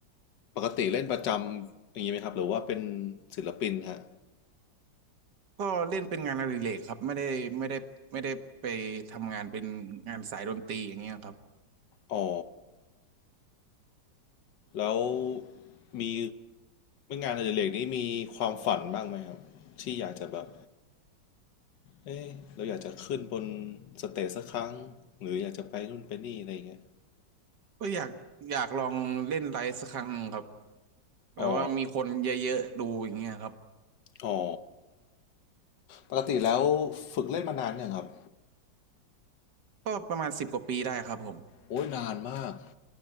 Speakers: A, on the left; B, on the right.
A: ปกติเล่นประจำอย่างนี้ไหมครับหรือว่าเป็นศิลปินฮะ
B: ก็เล่นเป็นงานอดิเรกครับไม่ได้ไม่ได้ไม่ได้ไปทำงานเป็นงานสายดนตรีอย่างเงี้ยครับ
A: อ๋อแล้วมีงานอดิเรกนี้มีความฝันบ้างไหมครับที่อยากจะแบบเอ้เราอยากจะขึ้นบนสเตจสักครั้งหรืออยากจะไปนู่นไปนี่อะไรอย่างเงี้ย
B: ก็อยากอยากลองเล่นไลฟ์สักครั้งครับแบบว่ามีคนเยอะๆดูอย่างเงี้ยครับ
A: อ๋ออ๋อ ปกติแล้วฝึกเล่นมานานยังครับ
B: ก็ประมาณสิบกว่าปีได้ครับผม
A: โอ้ยนานมาก